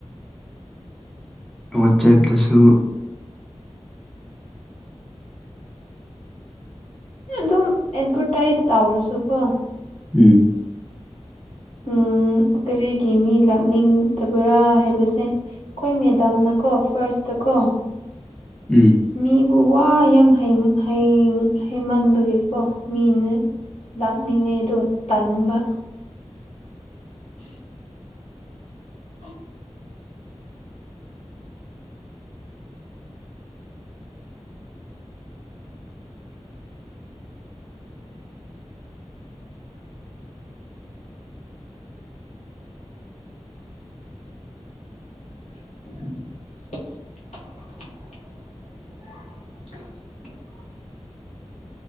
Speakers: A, in the centre; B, on the left (about 80°).
A: ꯋꯥꯆꯦꯞꯇꯁꯨ꯫
B: ꯑꯗꯨꯝ ꯑꯦꯠꯚꯔꯇꯥꯏꯁ ꯇꯧꯔꯁꯨꯀꯣ꯫
A: ꯎꯝ
B: ꯎꯝ ꯀꯔꯤꯒꯤ ꯃꯤ ꯂꯥꯛꯅꯤꯡꯇꯕ꯭ꯔꯥ ꯍꯥꯏꯕꯁꯦ꯫ ꯈꯣꯏ ꯃꯦꯗꯥꯝꯅꯀꯣ ꯐꯥꯔꯁꯇꯀꯣ꯫
A: ꯎꯝ
B: ꯃꯤꯕꯨ ꯋꯥ ꯌꯥꯝ ꯍꯩ ꯍꯩ ꯍꯩꯃꯟꯕꯒꯤꯀꯣ ꯃꯤꯅ, ꯂꯥꯛꯅꯤꯡꯉꯩꯗꯣ ꯇꯟꯕ꯫ <inaudible> <inaudible> <inaudible> <inaudible> <inaudible>